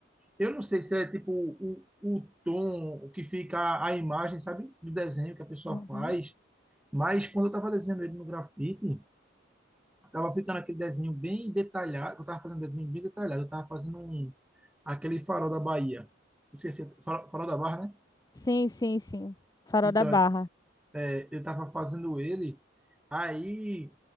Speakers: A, in the centre; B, on the left.
A: Eu não sei se é tipo o, o tom o que fica a imagem, sabe, do desenho que a pessoa
B: uhum.
A: faz, mas quando eu tava desenhando ele no grafite, tava ficando aquele desenho bem detalhado, eu tava fazendo um desenho bem detalhado, eu tava fazendo um, aquele farol da Bahia. Esqueci, farol, farol da Barra, né?
B: Sim, sim, sim. Farol
A: Então,
B: da Barra. <laughs>
A: é, eu tava fazendo ele, aí